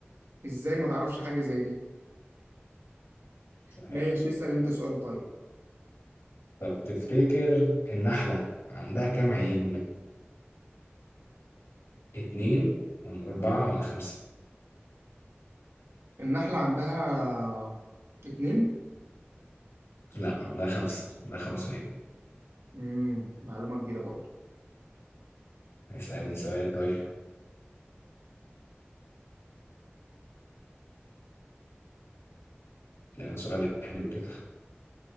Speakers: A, on the right (about 75°); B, on the left (about 80°).
A: ازاي ما تعرفش حاجه زي دي
B: مش عارف
A: ماشي اسال انت سؤال طيب
B: طب تفتكر النحله عندها كام عين اتنين ولا اربعه ولا خمسه
A: النحله عندها اتنين
B: لا عندها خمسه عندها خمس عيون
A: مم. معلومه جديده برضه
B: اسالني سؤال طيب يعني سؤال حلو كده